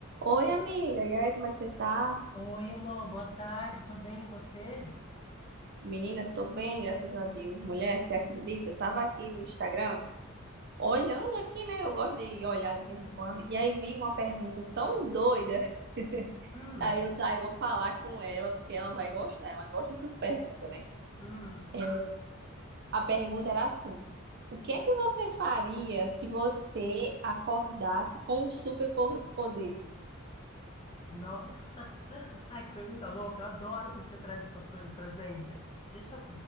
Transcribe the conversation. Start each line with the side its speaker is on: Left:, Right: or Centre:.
Right: Oi, amiga. E aí, como é que você tá?
Left: Oi, Elô, boa tarde, tô bem, e você?
Right: Menina, tô bem, graças a Deus. Mulher, você acredita? Eu tava aqui no Instagram, olhando aqui, né? Eu gosto de olhar de vez em quando. E aí vi uma pergunta tão doida. <laughs>
Left: Hum,
Right: Aí eu saí, vou falar com ela, porque ela vai gostar. Ela gosta dessas perguntas, né?
Left: hum,
Right: É, a pergunta era assim: O que é que você faria se você acordasse com um superpoder?
Left: nossa, ai, que pergunta louca, eu adoro quando você traz essas coisas pra gente. Deixa eu,